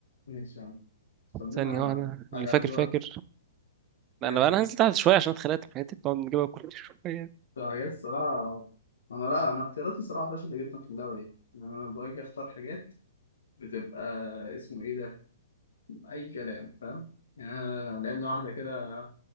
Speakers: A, on the left (about 70°); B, on the right (about 30°).
A: ماشي يا عم طب
B: ثانيه
A: لنا
B: واحده
A: حاجة
B: اللي فاكر
A: على ذوقك
B: فاكر
A: حاجة
B: لا، انا
A: على
B: بقى
A: ذوقك
B: انا هنزل تحت شويه عشان اتخانقت في حياتي بنقعد نجيبها كل شويه
A: حاجات الصراحة أنا لا أنا اختياراتي صراحة فاشلة جدا في اللعبة دي يعني أنا باجي أختار حاجات بتبقى اسمه إيه ده أي كلام فاهم يعني أنا لعبنا واحدة كده